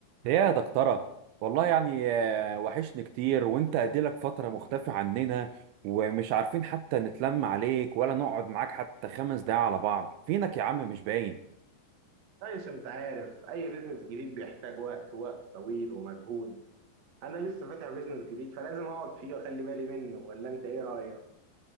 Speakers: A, on the right; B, on the right.
A: يا دكتورة والله يعني آه، وحشني كتير وانت اديلك فترة مختفي عننا ومش عارفين حتى نتلم عليك ولا نقعد معاك حتى خمس دقايق على بعض فينك يا عم مش باين
B: كويس انت عارف اي بيزنس جديد بيحتاج وقت وقت طويل ومجهود انا لسه فاتح بيزنس جديد فلازم اقعد فيه واخلي بالي منه ولا انت ايه رايك